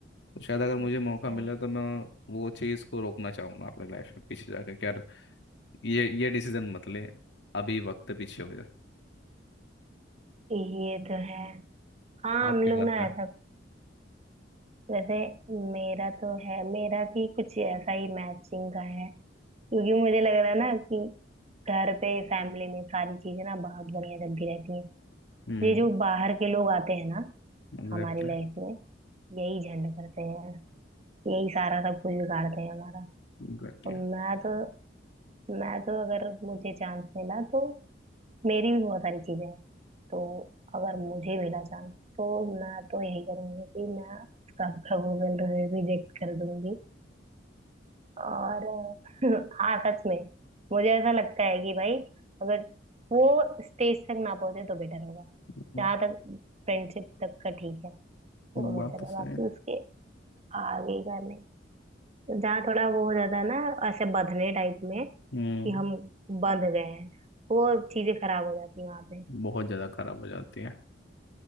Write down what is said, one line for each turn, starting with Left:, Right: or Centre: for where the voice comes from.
Left: तो शायद अगर मुझे
Right: अच्छा
Left: मौका मिला तो मैं वो चीज़ को रोकना चाहूँगा अपने लाइफ में पीछे जाकर कि यार ये ये डिसीजन मत ले अभी वक्त पीछे हो जाए
Right: ये तो है हाँ
Left: आप
Right: हम
Left: क्या
Right: लोग
Left: करते
Right: ना
Left: हैं
Right: ऐसा वैसे मेरा तो है मेरा भी कुछ ऐसा ही मैचिंग का है क्योंकि मुझे लग रहा है ना कि घर पे फैमिली में सारी चीजें ना बहुत बढ़िया चलती रहती हैं
Left: हम्म
Right: ये जो बाहर के लोग आते हैं ना
Left: एग्जैक्टली
Right: हमारी लाइफ में यही झंड करते हैं यही सारा सब कुछ बिगाड़ते हैं हमारा
Left: एग्जैक्टली
Right: और मैं तो मैं तो अगर मुझे चांस मिला तो मेरी भी बहुत सारी चीजें हैं तो अगर मुझे मिला चांस तो मैं तो यही करूंगी कि मैं उसका प्रपोजल रिजेक्ट कर दूंगी और <laughs> हाँ सच में मुझे ऐसा लगता है कि भाई अगर वो स्टेज तक ना पहुंचे तो बेटर होगा
Left: <laughs>
Right: जहां तक फ्रेंडशिप तक का ठीक है वो बेहतर
Left: बात तो
Right: है
Left: सही
Right: बाकी
Left: है
Right: उसके आगे का नहीं जहाँ थोड़ा वो हो जाता है ना ऐसे बंधने टाइप में
Left: हम्म
Right: कि हम बंध गए हैं वो चीजें खराब हो जाती हैं वहां पे
Left: बहुत ज़्यादा खराब हो जाती है